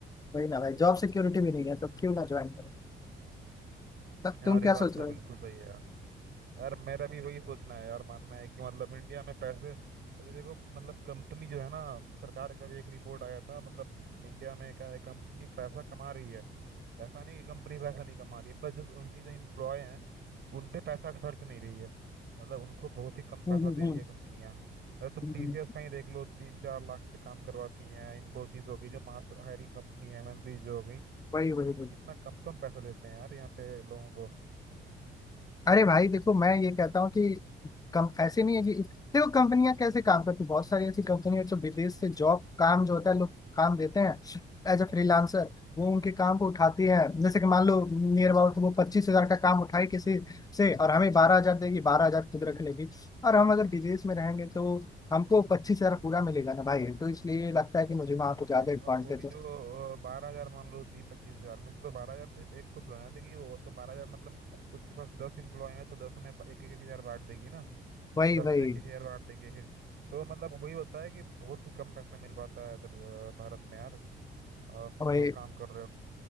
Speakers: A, on the left (about 20°); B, on the right (about 60°).
A: वही ना भाई जॉब सिक्योरिटी भी नहीं है तो क्यों ना ज्वाइन करें
B: हम्म हम्म।
A: तो तुम
B: यार
A: क्या
B: ये बात
A: सोच
B: तो
A: रहे
B: बिल्कुल
A: हो
B: सही है यार यार मेरा भी वही सोचना है यार मानना है कि मतलब इंडिया में पैसे अभी देखो मतलब कंपनी जो है ना सरकार का भी एक रिपोर्ट आया था मतलब इंडिया में क्या है कंपनी पैसा कमा रही है ऐसा नहीं कि कंपनी पैसा नहीं कमा रही है पर जो उनकी जो एम्प्लॉय हैं उन पे पैसा खर्च नहीं रही है मतलब उनको बहुत ही कम पैसा
A: हम्म
B: दे
A: हम्म
B: रही है कंपनियां अगर तुम
A: हम्म,
B: टीसीएस
A: हम्म,
B: का ही देख लो तीन चार लाख पे काम करवाती हैं इन्फोसिस हो गई जो मास हायरिंग कंपनी है एमएनसी जो हो गई
A: वही वही वही
B: कितना कम कम पैसा देते हैं यार यहाँ पे लोगों को
A: अरे भाई देखो मैं ये कहता हूँ कि कम ऐसे नहीं है कि देखो कंपनियां कैसे काम करती हैं बहुत सारी ऐसी कंपनियां जो विदेश से जॉब काम जो होता है लोग काम देते हैं एज अ फ्रीलांसर वो उनके काम को उठाती
B: हम्म।
A: हैं जैसे कि मान लो नियर अबाउट वो पच्चीस हजार का काम उठाए किसी से और हमें बारह हजार देगी बारह हजार खुद रख लेगी और हम अगर विदेश में रहेंगे तो हमको पच्चीस हजार पूरा मिलेगा ना भाई तो इसलिए लगता है कि मुझे वहां को
B: अरे
A: ज्यादा एडवांटेज
B: और वो भी
A: है
B: जो बारह हजार मान लो दी पच्चीस हजार में से तो बारह हजार सिर्फ एक को थोड़ा ना देगी वो तो बारह हजार मतलब उसके पास दस इम्प्लॉय हैं तो दस में एक एक हजार बांट देगी ना
A: वही
B: दस
A: वही
B: एक एक हजार बांट देगी एक एक तो मतलब वही होता है कि बहुत ही कम पैसा मिल पाता है इधर अ, भारत में यार अ,
A: वही
B: जो काम कर रहे हो